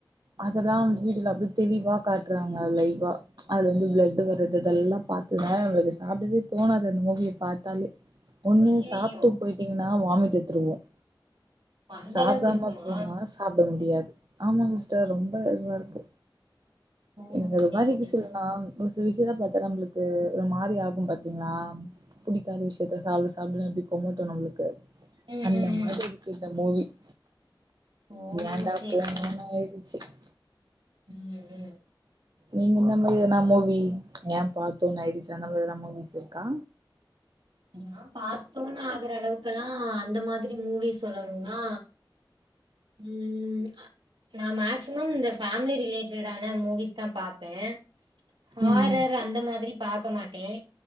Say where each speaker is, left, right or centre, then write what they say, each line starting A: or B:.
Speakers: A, on the right; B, on the right.
A: அதெல்லா வீட்டுல அப்படிய தெளிவா காட்டுறாங்க லைவா அதுல வந்து பிளட்டு் வருறது இதெல்லா பாத்தவுடனே நம்மளுக்கு சாப்பிடறதே தோணாது அந்த மூவிய பாத்தாலே ஒண்ணு
B: ஐயையோ
A: சாப்பிட்டு போயிட்டீங்கன்ன நான் வாமிட் எடுத்துருவோம்
B: அந்த
A: சாப்பிடாம
B: அளவுக்கு இருக்குமா
A: போனா சாப்பிட முடியாது ஆமாங்க சிஸ்டர் ரொம்ப இதுவா இருக்கு
B: ஓ
A: எங்கள
B: சேரி
A: மாரி இருக்க
B: சேரி
A: சொல்லுங்னா சில விஷயத்த பாத்தா நம்மளுக்கு ஒரு மாரி ஆகும் பாத்தீங்களா புடிக்காத விஷயத்த சாப்பிட சாப்பிடனு எப்படி குமட்டும் நம்மளுக்கு
B: ம்
A: அந்த
B: ம்
A: மாரி
B: ம்
A: இருக்கு இந்த மூவி <inaudible>
B: ஓ
A: ஏன்டாப்போனோனு
B: சேரி சேரி
A: ஆயிட்டு <inaudible>
B: ம் ம்
A: நீங்க இந்த மாரி ஏதனா மூவி ஏன் பார்த்தோணு ஆய்டிச்சி அந்த மாரி எதா மூவிஸ் இருக்கா
B: ஏன்னா பார்த்தோனு ஆகற அளவுக்குல்லாம் அந்த மாதி ரி மாதிரி மூவி சொல்லணும்னா ம் நான் மேக்சிமம் இந்த ஃப்பேமிலி ரிலேட்டடான மூவிஸ் தான் பாப்பேன் ஹாரர்
A: ம்
B: அந்த மாதிரி பாக்க மாட்டேன்